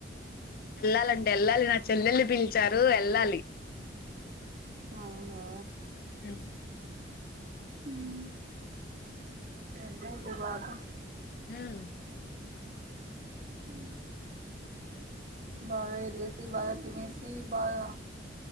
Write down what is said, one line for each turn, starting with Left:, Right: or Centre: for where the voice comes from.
Left: వెళ్లాలండి వెళ్లాలి నా చెల్లెల్ని పిలిచారు వెళ్లాలి.
Right: ఔనా!
Left: <unintelligible>
Right: మ్ ఎన్నడి భాగం
Left: హ్మ్మ్
Right: హ్మ్మ్ బాగా వెళ్ళసి బాగా తినేసి బాగా